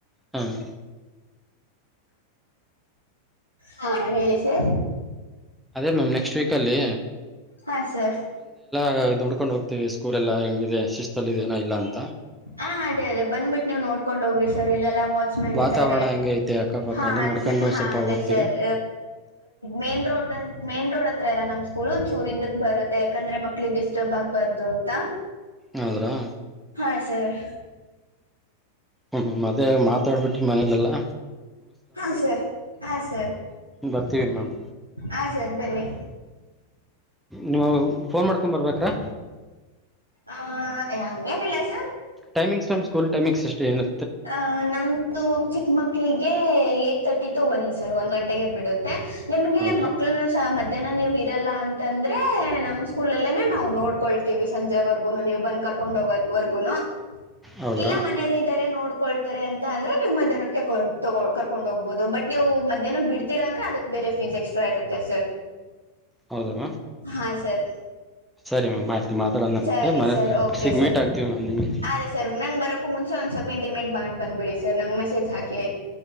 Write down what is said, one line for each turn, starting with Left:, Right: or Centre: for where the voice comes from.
Centre: ಹ್ಮ್
Left: ಹಾ ಹೇಳಿ ಸರ್
Centre: ಅದೇ ಮ್ಯಾಮ್ ನೆಕ್ಸ್ಟ್ ವೀಕ್ ಅಲ್ಲಿ
Left: ಹಾ ಸರ್
Centre: ಅದೇ ನೋಡಿಕೊಂಡು ಹೋಗ್ತಿವಿ ಸ್ಕೂಲ್ ಎಲ್ಲಾ ಶಿಸ್ತು ಅಲ್ಲಿ ಇದೇನ ಇಲ್ಲಾ ಅಂತ
Left: ಹಾ ಅದೇ ಅದೇ ಬಂದ್ಬಿಟ್ಟು ನೀವ್ ನೋಡ್ಕೊಂಡ್ ಹೋಗ್ರಿ ಸರ್ ಇಲ್ಲೆಲ್ಲಾ ವಾಚ್ ಮ್ಯಾನ್
Centre: ವಾತಾವರಣ
Left: ಇದ್ದಾರೆ
Centre: ಹೆಂಗ ಐತೆ ಅಕ್ಕಪಕ್ಕ
Left: ಹಾ
Centre: ಎಲ್ಲ ನೋಡ್ಕೊಂಡು
Left: ಹಾ
Centre: ಸ್ವಲ್ಪ
Left: ಅದೇ
Centre: ಹೋಗ್ತೀವಿ
Left: ಸರ್ ಮೇನ್ ರೋಡ್ ಅ ಮೇನ್ ರೋಡ್ ಹತ್ರ ಎಲ್ಲ ನಮ್ ಸ್ಕೂಲ್ ಒಂದ್ ಚೂರು ಇಂದಕ್ಕೆ ಬರುತ್ತೆ ಯಾಕಂದ್ರೆ ಮಕ್ಳಿಗೆ ಡಿಸ್ಟರ್ಬ್ ಆಗ್ಬಾರ್ದು ಅಂತ
Centre: ಹೌದಾ ರ
Left: ಹಾ ಸರ್
Centre: ಹ್ಮ್ ಮ್ಯಾಮ್ ಮಾತಾಡ್ಬಿಟ್ಟಿ ಮನೇಲೆೆಲ್ಲಾ
Left: ಹಾ ಸರ್ ಹಾ ಸರ್
Centre: ಬರ್ತೀವಿ ಮ್ಯಾಮ್
Left: ಆ ಸರ್ ಬನ್ನಿ
Centre: ನೀವು ಫೋನ್ ಮಾಡ್ಕೊಂಡ ಬರ್ಬೇಕ್ರಾ
Left: ಹ ಅಂಗೇನಿಲ್ಲ sir
Centre: timings ma'am school timings ಏನು
Left: ಹಾ ನಮ್ದು ಚಿಕ್ಕಮಕ್ಳಿಗೆ <unintelligible> ಸರ್ ಒಂದ್ ಗಂಟೆಗೆ ಬಿಡುತ್ತೆ ನಿಮಗೆ
Centre: ಹೌದ್ರಾ
Left: ಮಕ್ಕಳನ ಸಹ ಮಧ್ಯಾಹ್ನ ನೀವು ಇರಲ್ಲ ಅಂತಂದ್ರೆ ನಮ್ ಸ್ಕೂಲ್ ಅಲ್ಲೇನೆ ನಾವು ನೋಡ್ಕೊಳ್ತೀವಿ ಸಂಜೆರ್ವಗು ನೀವು ಬಂದ್ ಕರ್ಕೊಂಡ್ ಹೋಗೋದವರ್ಗುನು
Centre: ಹೌದ್ರಾ
Left: ಇಲ್ಲ ಮನೇಲಿ ಇದಾರೆ ನೋಡ್ ನೋಡಿಕೊಳ್ಳುತ್ತಾರೆ ಅಂತ ಅಂದ್ರೆ ನೀವು ಮಧ್ಯಾಹ್ನಕ್ಕೆ ಕರ್ಕೊಂಡು ಹೋಗ್ಬಹುದು ಬಟ್ ನೀವು ಮಧ್ಯಾಹ್ನಕ್ ಬಿಡ್ತೀರ ಅಂದ್ರೆ ಅದಕ್ ಫೀಸ್ ಎಕ್ಸ್ಟ್ರಾ ಇರುತ್ತೆ ಸರ್
Centre: ಹೌದ ಮ್ಯಾಮ್
Left: ಹಾ‌ ಸರ್
Centre: ಸರಿ ಮ್ಯಾಮ್ ಆಯಿತು ಮಾತಾಡೋಣಂತೆ
Left: ಸರಿ
Centre: ಮನೆ
Left: ಸರ್ ಓಕೆ
Centre: ಸಿಗ್
Left: ಸರ್
Centre: ಮೀಟ್ ಆಗ್ತೀವಿ ಮ್ಯಾಮ್ ನಿಮಗೆ
Left: ಅದೇ ಸರ್ ನಂ ಬರೋಕೂ ಮುಂಚೆ ಒಂದ್ ಸ್ವಲ್ಪ ಮೆಸೇಜ್ ಹಾಕಿ